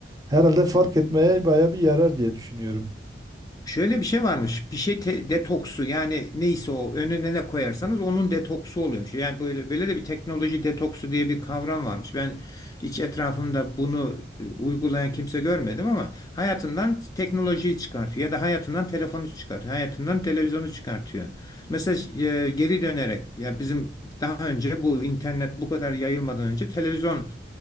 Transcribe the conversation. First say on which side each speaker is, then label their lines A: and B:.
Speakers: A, on the right (about 20°); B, on the left (about 20°).
A: herhalde fark etmeye baya bir yarar diye düşünüyorum.
B: Şöyle bir şey varmış. Bir şey te- detoksu yani neyse o önüne ne koyarsanız onun detoksu oluyormuş. Yani böyle böyle de bir teknoloji detoksu diye bir kavram varmış. Ben hiç etrafımda bunu e, uygulayan kimse görmedim ama hayatından teknolojiyi çıkartıyor ya da hayatından telefonu çıkartıyor, hayatından televizyonu çıkartıyor. Mesela e, geri dönerek ya bizim daha önce bu internet bu kadar yayılmadan önce televizyon